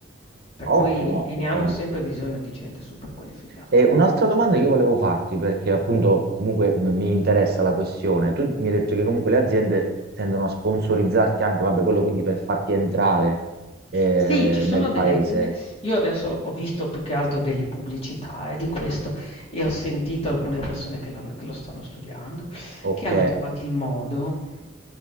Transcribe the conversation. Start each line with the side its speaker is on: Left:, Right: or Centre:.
Left: Per cui
Right: ottimo,
Left: e
Right: ottimo.
Left: ne hanno sempre bisogno di gente super qualificata.
Right: E un'altra domanda che io volevo farti, perché appunto comunque m- mi interessa la questione. Tu mi hai detto che comunque le aziende tendono a sponsorizzarti anche, vabbè, quello quindi per farti entrare eh,
Left: Sì, ci sono
Right: nel
Left: delle
Right: paese.
Left: aziende io adesso ho visto più che altro delle pubblicità, eh, di questo e ho sentito alcune persone che l'hanno- che lo stanno studiando,
Right: Ok,
Left: che hanno trovato il modo